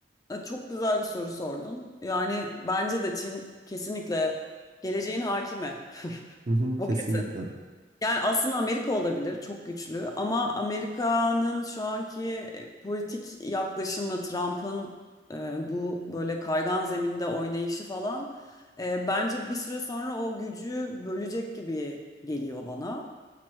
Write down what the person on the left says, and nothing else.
E, Çok güzel bir soru sordun. Yani bence de Çin kesinlikle geleceğin hakimi.
<laughs>
Bu
kesin. Yani aslında Amerika olabilir, çok güçlü. Ama Amerika'nın şu anki e, politik yaklaşımı, Trump'ın e, bu böyle kaygan zeminde oynayışı falan, e, bence bir süre sonra o gücü bölecek gibi geliyor bana.